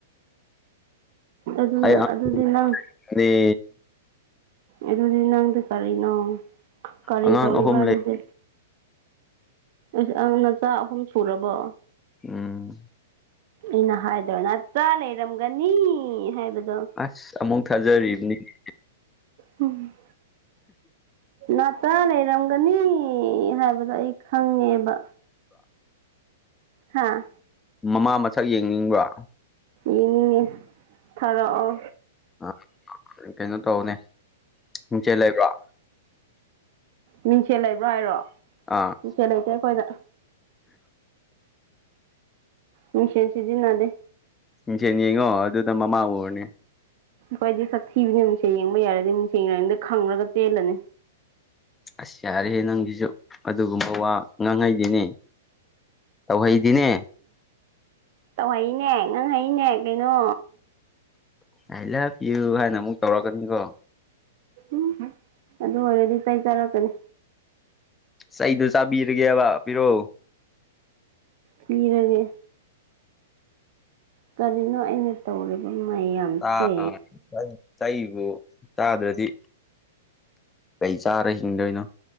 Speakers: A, on the right; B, on the left.
A: ꯑꯗꯨꯅ
B: ꯑꯩ
A: ꯑꯗꯨꯗꯤ ꯅꯪ
B: ꯑꯉꯥꯡꯅꯦ
A: ꯑꯗꯨꯗꯤ ꯅꯪꯗꯤ ꯀꯔꯤꯅꯣ ꯀꯔꯤ
B: ꯑꯉꯥꯡ
A: ꯇꯧꯔꯤꯕ
B: ꯑꯍꯨꯝ
A: ꯑꯗꯨꯗꯤ
B: ꯂꯩ
A: ꯑꯁ ꯑ ꯅꯆꯥ ꯑꯍꯨꯝ ꯁꯨꯔꯕꯣ
B: ꯎꯝ
A: ꯑꯩꯅ ꯍꯥꯏꯗ꯭ꯔ ꯅꯆꯥ ꯂꯩꯔꯝꯒꯅꯤ ꯍꯥꯏꯕꯗꯨ
B: ꯑꯁ ꯑꯃꯨꯛ ꯊꯥꯖꯔꯤꯕꯅꯤꯅꯦ
A: ꯎꯝ ꯃꯆꯥ ꯂꯩꯔꯝꯒꯅꯤ ꯍꯥꯏꯕꯗꯨ ꯑꯗ ꯑꯩ ꯈꯪꯉꯦꯕ ꯍꯥꯥ
B: ꯃꯃꯥ ꯃꯁꯛ ꯌꯦꯡꯅꯤꯡꯕ꯭ꯔ
A: ꯌꯦꯡꯅꯤꯡꯉꯦ ꯊꯥꯔꯛꯑꯣ
B: ꯑ ꯀꯩꯅꯣ ꯇꯧꯅꯦ ꯃꯤꯡꯁꯦꯜ ꯂꯩꯕꯔꯣ꯫
A: ꯃꯤꯡꯁꯦꯜ ꯂꯩꯕꯔꯣ꯫ ꯍꯥꯏꯔꯣ
B: ꯑꯥ
A: ꯃꯤꯡꯁꯦꯜ ꯂꯩꯇꯦ ꯑꯩꯈꯣꯏꯗ ꯃꯤꯡꯁꯦꯜ ꯁꯤꯖꯤꯟꯅꯗꯦ
B: ꯃꯤꯡꯁꯦꯜ ꯌꯦꯉꯣ ꯑꯗꯨꯗ ꯃꯃꯥ ꯎꯔꯥꯅꯤ
A: ꯈꯣꯏꯗꯤ ꯁꯥꯛꯊꯤꯕꯅꯦ ꯅꯨꯡꯁꯦꯜ ꯌꯦꯡꯕ ꯌꯥꯔꯗꯤ ꯅꯨꯡꯁ ꯌꯦꯡꯅꯗ ꯈꯪꯉꯒ ꯇꯦꯜꯂꯅꯤ
B: ꯑꯁ ꯌꯥꯔꯦꯍꯦ ꯅꯪꯁꯤꯁꯨ ꯑꯗꯨꯒꯨꯝꯕ ꯋꯥ ꯉꯥꯡꯉꯩꯗꯦꯅꯦ ꯇꯧꯍꯩꯗꯦꯅꯦ
A: ꯇꯧ ꯍꯩꯅꯦ ꯉꯪ ꯍꯥꯏꯩꯅꯦ ꯀꯩꯅꯣ
B: ꯑꯏ ꯂꯕ ꯌꯨ ꯍꯥꯏꯅ ꯑꯃꯨꯛ ꯇꯧꯔꯛꯀꯅꯤꯀꯣ
A: ꯎ ꯑꯗꯨ ꯑꯣꯏꯔꯗꯤ ꯆꯩ ꯆꯥꯔꯛꯀꯅꯤ
B: ꯆꯩꯗꯨ ꯆꯥꯕꯤꯔꯒꯦꯕ ꯄꯤꯔꯣ
A: ꯄꯤꯔꯒ ꯀꯔꯤꯅꯣ ꯑꯩꯅ ꯇꯧꯔꯤꯕ ꯃꯌꯥꯝꯁꯦ
B: ꯄꯤꯔꯛꯑꯣ ꯆꯩꯕꯨ ꯆꯥꯗ꯭ꯔꯗꯤ ꯀꯩ ꯆꯥꯔ ꯍꯤꯡꯗꯣꯏꯅꯣ